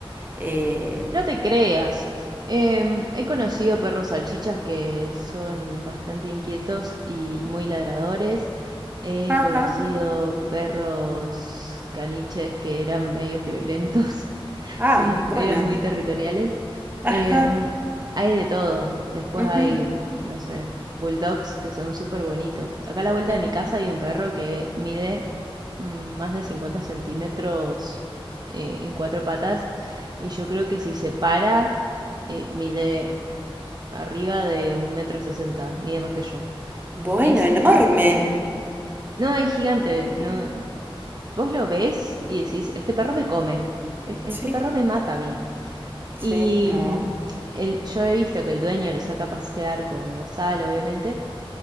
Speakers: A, on the right (about 20°); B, on the right (about 45°).
A: Eh,
B: No te creas. Em, he conocido perros salchichas que son bastante inquietos y muy ladradores. He
A: ajá,
B: conocido perros caniches que eran medios violentos. <laughs>
A: ah,
B: Son,
A: bueno,
B: eran muy territoriales.
A: ajá,
B: Em, hay de todo. Después
A: ujú,
B: hay, no sé, bulldogs que son súper bonitos. Acá a la vuelta
A: ujú.
B: de mi casa hay un perro que mide mm, más de 50 centímetros eh, en cuatro patas y yo creo que si se para, eh, mide arriba de un metro sesenta, mide más que yo.
A: Bueno,
B: Es,
A: enorme.
B: no, es gigante. No, vos lo ves y decís, este perro me come, e- este
A: Sí,
B: perro me mata a mí. Y
A: Sí, no.
B: mm, el- yo he visto que el dueño lo saca a pasear con bozal, obviamente,